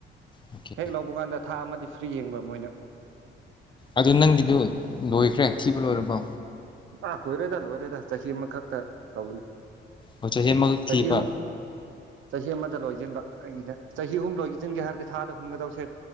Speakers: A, on the left; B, on the right.
A: ꯑꯣꯀꯦ
B: ꯍꯦꯛ ꯂꯧꯕ ꯀꯥꯟꯗ ꯊꯥ ꯑꯃꯗꯤ ꯐ꯭ꯔꯤ ꯌꯦꯡꯕ ꯃꯣꯏꯅ
A: ꯑꯗꯨ ꯅꯪꯒꯤꯗꯨ ꯂꯣꯏꯈ꯭ꯔꯦ ꯊꯤꯕ ꯂꯣꯏꯔꯕꯣ
B: ꯑꯥ ꯀꯣꯏꯔꯦꯗ ꯂꯣꯏꯔꯦꯗ ꯆꯍꯤ ꯑꯃꯈꯛꯇ ꯇꯧꯕꯅꯦ
A: ꯑꯣ ꯆꯍꯤ ꯑꯃꯈꯛ
B: ꯆꯍꯤ
A: ꯊꯤꯕ
B: ꯑꯍꯨꯝ ꯆꯍꯤ ꯑꯃꯗ ꯂꯣꯏꯁꯤꯟꯕ ꯑꯩꯒꯤꯗ ꯆꯍꯤ ꯑꯍꯨꯝ ꯂꯧ ꯌꯦꯁꯤꯟꯒꯦ ꯍꯥꯏꯔꯗꯤ ꯊꯥꯗ ꯍꯨꯟꯒꯗꯕꯁꯦ